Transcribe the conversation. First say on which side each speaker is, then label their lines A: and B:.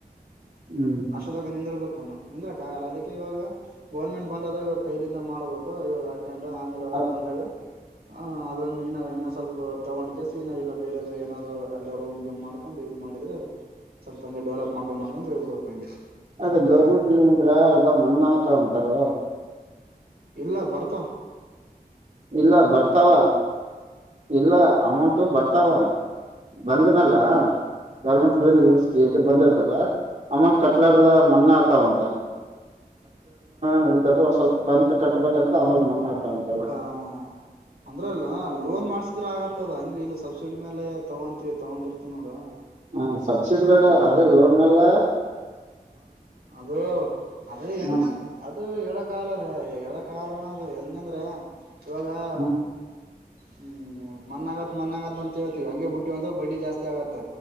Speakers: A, on the right; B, on the right.
A: ಹ್ಮ್
B: ಅಷ್ಟೋದಾಗ ನಿಂದರರ್ಬೇಕಾನ. ನಿಂದ್ರಾಗಲ್ಲ ಅದಕ್ಕೆ. ಾ ಇವಾಗ ಗೋರ್ಮೆಂಟ್ ಬಂದದ ಇವಾಗ ಕೈಲಿಂದ ಮಾಡಬೇಕು ಇವಾಗಾ. ಹಕೊಂಡು ಆಮೇಲೆ ಅವದು
A: ಅ
B: ಬಂದಾಗ. ಹ ಅದನ್ನು ಇನ್ನ ಇನ್ನ ಸ್ವಲ್ಪ. ತೊಗೊಂಡ್ ಕೆಸ ಏನ ಇಲ್ಲ ಬೇರೆ ಏಾದರು ಅೇ ರೂಮ್ ಗ್ಕೊಂಡ್ ಇದು ಮಾಡಿದ್ರೆ ಸ್ವಲ್ಪ ಹಂಗೆ ಡೆವಲಪ್ ಮಾಡ್ಕೊಂಡ್ ಮಾಡ್ಕೊಂಡು ಹೋಗ್ಬಿಡ್ಬೇಕಕ್ ಹಂಗೆ.
A: ಅದ ಗೌರ್ಮೆಂಟ್ ಇಲ್ಲಿಂದ್ರ ಅರ್ಧ ಮಣ್ಣ ಆತಾ ಉಂಟಲ್
B: ಇಲ್ಲ ಬರ್ತಾ
A: ಇಲ್ಲ ಬರ್ತಾವ ಇಲ್ಲ ಅಮೌಂಟ ಬರ್ತಾವ ಬಂದನಲ್ಲ
B: ಹ್ಮ
A: ಗೌರ್ಮೆಂಟ್ ಕ
B: ಹ
A: ಬಂದ ಅಮ್ಮನ್ ಕಟ್ಲಡ್ದ ಮಣ್ಣ ಆತಾವಂತ ನಡೀ ಒಂದ್ ಸ್ವಲ್ಪ ಕಂತತ್ ಕಟ್ಟಬೇಕಂತ ಆಮೇಲ್ ಮಣ್ಣ ಆಟವಂತಲ್
B: ಹ ಅಂದ್ರೆ ಲೋನ್ ಮಾಡ್ಸಿದ್ರೆ ಆಗತ್ತದ ಹಂಗಗೆ ಇ ಸಬ್ಸಿಡಿ ಮೇಲೆ ತಗೊಂತೀವಿ ತಗೊಂಡಿರ್ತಿವಿ ನೋಡ
A: ಹ ಸಬ್ಸಿಡಿ ಬೇಡ
B: ಅದಕ್ಕ
A: ಅದೇ ಲೋನ್ ಮೇಲ್ಲ
B: ಅದು ಅದು ಎನ್
A: ಹ್ಮ್
B: ಅದು ಎಳಕಾಲರ ಎಳ ಕಾಲಣ ಅದು ಹೆಂಗಂದ್ರೆ ಇವಾಗಾ.
A: ಹ್ಮ್
B: ಹ್ಮ್ ಮನ್ ಆಗತ್ ಮನ್ ಆಗತ್ತ ಅಂತ ಹೇಳ್ತವಿ ಹಂಗೆ ಬುಟ್ಟಿ ಅಂದ್ರ ಬಡ್ಡಿ ಜಾಸ್ತಿ ಆಗತ್ತ